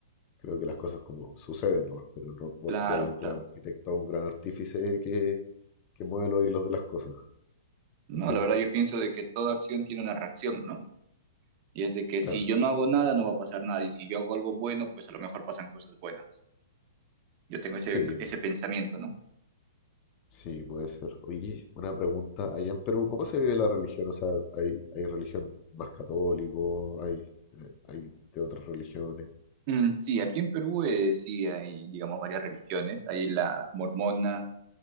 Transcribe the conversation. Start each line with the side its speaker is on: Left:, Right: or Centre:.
Left: creo que las cosas como suceden, ¿no? Pero no porque
Right: Claro,
Left: hay un gran
Right: claro.
Left: arquitecto o un gran artífice que, que mueve los hilos de las cosas,
Right: No,
Left: ¿entiendes?
Right: la verdad yo pienso de que toda acción tiene una reacción, ¿no? Y es de que si
Left: Claro,
Right: yo no hago nada, no va a pasar nada. Y si yo hago algo bueno, pues a lo mejor pasan cosas buenas. Yo tengo ese,
Left: sí.
Right: ese pensamiento, ¿no?
Left: Sí, puede ser. Oye, una pregunta. Allá en Perú, ¿cómo se vive la religión? O sea, ¿hay, hay religión más católico? ¿Hay, eh, hay de otras religiones?
Right: Mm, sí, aquí en Perú eh, sí hay, digamos, varias religiones. Hay las mormonas,